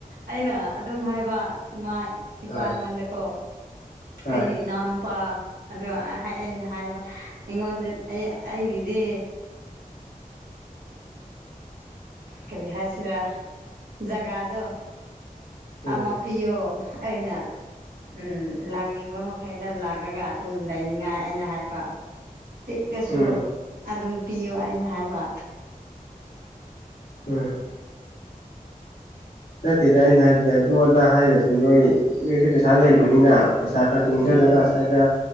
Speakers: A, on the right (about 80°); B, on the left (about 90°).
A: ꯑꯩꯅ ꯑꯗꯨꯝ ꯍꯥꯏꯕ ꯏꯃꯥ꯫ ꯏꯄꯥꯉꯣꯟꯗꯀꯣ
B: ꯍꯣꯏ ꯍꯣꯏ
A: ꯑꯩꯒꯤ ꯏꯅꯥꯎ ꯅꯨꯨꯄꯥ꯫ ꯑꯗꯣ ꯑꯩꯅ ꯍꯥꯏꯌꯦꯕ ꯑꯩꯉꯣꯟꯗ ꯑꯩ ꯑꯩꯒꯤꯗꯤ꯫ ꯀꯔꯤ ꯍꯥꯏꯁꯤꯔ ꯖꯒꯥꯗꯣ꯫
B: ꯎꯝ
A: ꯑꯃꯥꯄꯤꯌꯣ ꯑꯩꯅ꯫ ꯎꯝ ꯂꯥꯛꯅꯤꯡꯕ ꯃꯈꯩꯗ ꯂꯥꯛꯂꯒ ꯑꯗꯨꯝ ꯂꯩꯅꯤꯡꯉꯥꯏ ꯑꯩꯅ ꯍꯥꯏꯕ꯫ ꯄꯤꯛꯑꯁꯨ
B: ꯎꯝ
A: ꯑꯗꯨꯝ ꯄꯤꯌꯨ ꯑꯩꯅ ꯍꯥꯏꯕ꯫
B: ꯎꯝ ꯅꯠꯇꯦ꯫ ꯗ ꯑꯩꯅ ꯍꯥꯏꯕꯗꯤ ꯑꯗꯨ ꯑꯗꯥ ꯍꯥꯏꯔꯁꯨ ꯅꯣꯏ꯫ ꯃꯤꯁꯨ ꯄꯩꯁꯥ ꯂꯩꯕꯅꯤꯅ ꯄꯩꯁꯥ ꯈꯔ ꯇꯨꯡꯁꯤꯜꯂꯒ
A: ꯎꯝ
B: ꯁ꯭ꯋꯥꯏꯗ꯫